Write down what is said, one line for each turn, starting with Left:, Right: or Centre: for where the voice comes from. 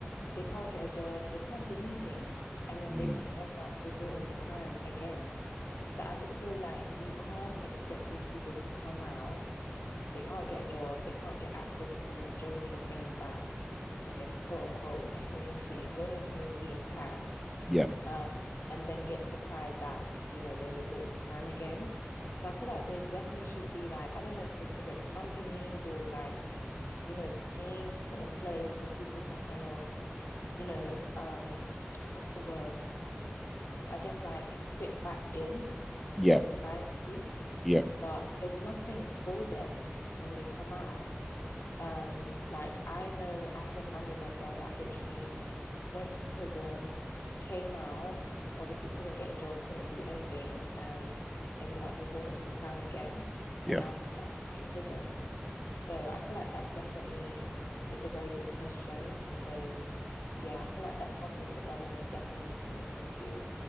Left: they can't get a job, they can't do anything, and then
Centre: Mm,
Left: they just end up resorting to crime again. So I just feel like you can't expect these people to come out, they can't get a job, they can't get access to majority of things that I guess quote unquote <laughs> human beings, normal human beings can
Centre: yeah,
Left: um, and then get surprised that, you know, they resort to crime again. So I feel like there definitely should be like, I don't know, specific companies or like, you know, schemes put in place for people to kind of, you know, um, what's the word? I guess like fit back in
Centre: yeah,
Left: to society,
Centre: yeah,
Left: but there's nothing for them when they come out. Um, like I know I have a family member that literally went to prison, came out, obviously couldn't get a job, couldn't do anything, and ended up resorting to crime again.
Centre: yeah.
Left: And now he's back in prison. So I feel like that definitely is a very good question because, yeah, I feel like that's something the government definitely needs to look into.